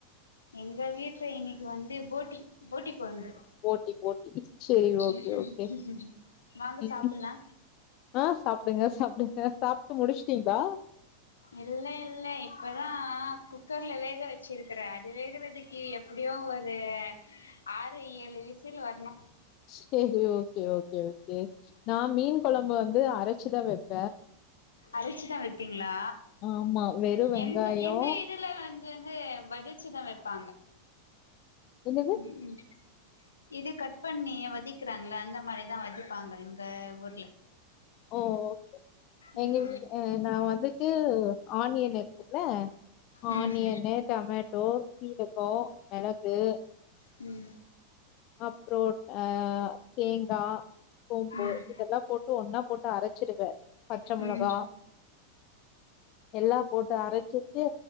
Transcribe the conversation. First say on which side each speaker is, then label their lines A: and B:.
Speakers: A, on the left; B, on the left.
A: எங்க வீட்ல இன்னக்கி வந்து போட்டி போட்டி கொழம்பு
B: போட்டி போட்டி செரி
A: ம்
B: ஓகே ஓகே
A: ம் வாங்க
B: ம்
A: சாப்புட்லா
B: ஆ சாப்டுங்க சாப்டுங்க சாப்ட்டு முடிச்சிட்டீங்களா
A: இல்ல இல்ல இப்பதா குக்கர்ல வேக வச்சிருக்கிறே அது வேகுறதுக்கு எப் எப்படியு ஒரு ஆறு ஏழு விசில் வரனு
B: சேரி ஓகே ஓகே ஓகே நா மீன் கொழம்ப வந்து அரைச்சிதா வப்
A: அரச்சி தா வப்பீங்களா
B: ஆமா வெறு வெங்காயோ
A: எங்க எங்க இது ல வந்து வந்து வதச்சிதா வப்பாங்க
B: என்னது
A: ம் ம் இது கட் பண்ணி வதக்கிறாங்கள அந்த மாரிதா வதப்பாங்க எங்க ஊர்ல
B: ஓ ஓகே
A: ம்
B: எங்க வீடு நா வந்துட்டு ஆனியன் இருக்குல்ல
A: ம்
B: ஆனியன்னு டமேட்டோ சீரகோ மெளகு
A: ம்
B: அப்றோ ஆ தேங்கா சோம்பு
A: ம்
B: இதெல்லா போட்டு ஒன்னா போட்டு அரச்சிருவே பச்ச
A: ம்
B: மொளகா எல்லா போட்டு அரச்சிட்டு